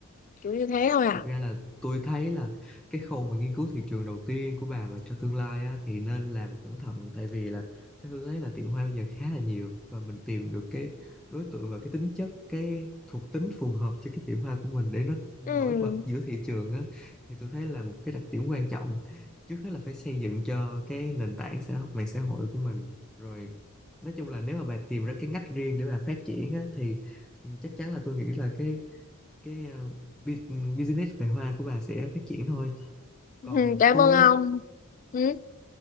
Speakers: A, on the left (about 35°); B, in the centre.
A: kiểu như thế thôi à
B: Thực ra là tôi thấy là cái khâu mà nghiên cứu thị trường đầu tiên của bà mà cho tương lai á, thì nên làm cẩn thận tại vì là tôi Hương thấy là tiệm hoa bây giờ khá là nhiều và mình tìm được cái đối tượng và cái tính chất cái thuộc tính phù hợp cho cái tiệm hoa của mình để nó nổi
A: ừ,
B: bật giữa thị trường á thì tôi thấy là một cái đặc điểm quan trọng trước hết là phải xây dựng cho cái nền tảng xã hội, mạng xã hội của mình rồi nói chung là nếu mà bà tìm ra cái ngách riêng để bà phát triển á, thì ừ, chắc chắn là tôi nghĩ là cái cái ờ, bu- business về hoa của bà sẽ phát triển thôi
A: ừ
B: còn
A: cảm
B: tôi
A: ơn ông
B: á
A: ừ.